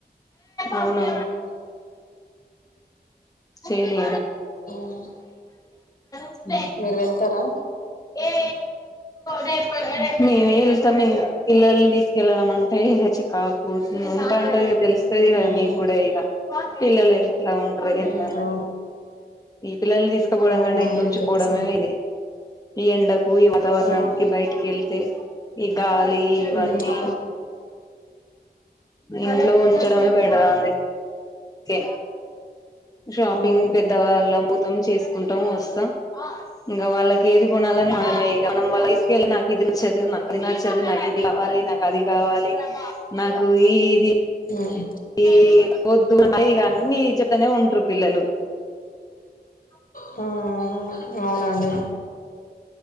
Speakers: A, on the left (about 20°); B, on the left (about 55°).
A: అవునా
B: ఉమ్
A: చేనీ
B: ఉమ్
A: స్
B: మీరు వెళ్తారా
A: ఏ రేపుే <unintelligible> మేమే వెళ్తాం ఇంగ పిల్లల్ని తీసుకెళ్ళడం అంటే ఇగ చికాకు ఉంటా ఉంటది తెల్స్తది కధ
B: ఉమ్
A: మీకు గూడ ఇగ పిల్లలు ఎట్లా ఉంటరు ఎందని
B: ఉమ్ అవును
A: పిల్లల్ని తీసుకపోవడం
B: అవునండి
A: కంటే ఇంట్లో ఉంచి
B: తెలుసా
A: పోవడమే ఇది ఈ ఎండ కు ఈ వాతావరణానికి
B: అవును
A: బయటికి వెళ్తే ఈ గాలి ఇవన్నీ
B: ఉమ్ అవునండి
A: మీ ఇంట్లో ఉంచడమే
B: ఉమ్
A: బెటర్ అందుక కే షాపింగ్
B: అవును
A: పెద్దవాళ్ళ భుతం చేసి కుంటాం వస్తాం ఇంకా వాళ్ళకి ఏది గుణాలని మనే మం తీసుకెళ్ళ <unintelligible> ఇది నచ్చదు నాకు అది నచ్చదు నాకు ఇది కావాలి నాకు అది కావాలి నాకు ఇది
B: ఉమ్
A: ఈ పొద్దు ఇ అన్నిీ చెప్తనే ఉంటారు పిల్లలు <unintelligible>
B: హ అవునండి